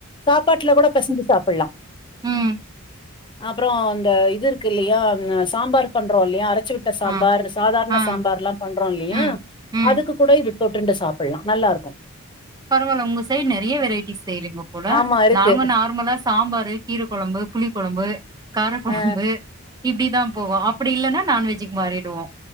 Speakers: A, on the left; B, on the right.
A: சாப்பாட்ல கூட பெசஞ்சு சாப்டலா
B: உம்
A: அப்றோ இந்த இது இருக்கு இல்லையா சாம்பார் பண்றோ இல்லயா அர ச்சி விட்ட சாம்பார்
B: ஆ
A: அந்த சாதாரண
B: ஆ
A: சாம்பார்லாம் பண்றோம் இல்லையா
B: ம் ம்
A: அதுக்கு கூட இது தொட்டுண்டு சாப்லா நல்லா இருக்கும்
B: பரவாயில்ல உங்க சைடு நறையா வெரைட்டிஸ் செய்யிறங்கோ போல
A: ஆமா இருக்கு
B: நாங்க நார்மலா சாம்பாரு கீர கொழம்பு புளி கொழம்பு காரகொழம்பு
A: அ
B: இப்டிதா போவு அப் அப்டி இல்லனா நான்வெஜிக்கு மாறிடுவோ